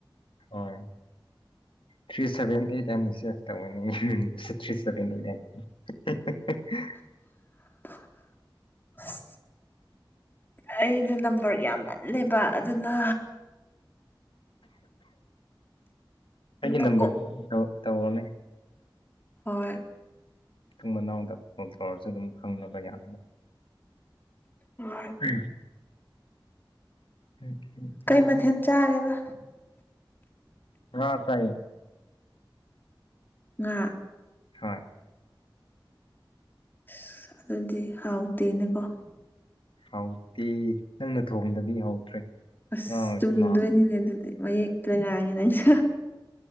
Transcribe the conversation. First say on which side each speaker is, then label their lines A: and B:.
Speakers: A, on the left; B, on the left.
A: ꯍꯣꯏ ꯊ꯭ꯔꯤ ꯁꯚꯦꯟ ꯑꯩꯠ ꯑꯅꯤꯁꯦ ꯇꯧꯒꯅꯤ <unintelligible> <unintelligible>
B: <inaudible> ꯑꯩꯗꯣ ꯅꯝꯕꯔ ꯌꯥꯝꯃꯜꯂꯦꯕ ꯑꯗꯨꯅ
A: ꯑꯩꯒꯤ
B: ꯅꯀꯣ
A: ꯅꯝꯕꯔꯗꯨ ꯇꯧꯋꫭꯅꯦ
B: ꯍꯣꯏ
A: ꯃꯇꯨꯡ ꯃꯅꯥꯎꯗ ꯀꯣꯜ ꯇꯧꯔꯁꯨ ꯑꯗꯨꯝ ꯈꯪꯅꯕ ꯌꯥꯅꯕ
B: ꯍꯣꯏ
A: ꯎꯝ ꯎꯝ ꯎꯝ
B: ꯀꯩ ꯃꯊꯦꯜ ꯆꯥꯔꯦꯕ
A: ꯉꯥ ꯆꯥꯏꯌꯦ
B: ꯉꯥ
A: ꯍꯣꯏ
B: ꯑꯁ ꯑꯗꯨꯗꯤ ꯍꯥꯎꯇꯦꯅꯦ ꯀꯣ
A: ꯍꯥꯎꯇꯦ ꯅꯪꯅ ꯊꯣꯡꯗꯗꯤ ꯍꯥꯎꯇ꯭ꯔꯦ
B: ꯑꯁ
A: <unintelligible>
B: ꯆꯨꯝꯗꯣꯏꯅꯤꯅꯦ ꯑꯗꯨꯗꯤ ꯃꯌꯦꯛꯇ ꯉꯥꯡꯉꯦ ꯅꯪꯁꯨ